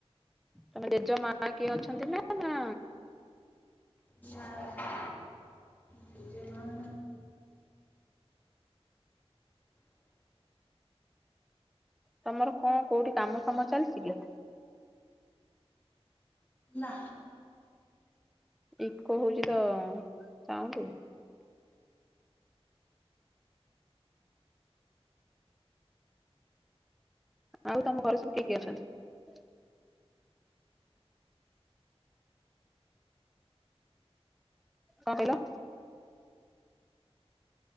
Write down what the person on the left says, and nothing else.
<unintelligible> ଜେଜେମା ନା।
ନା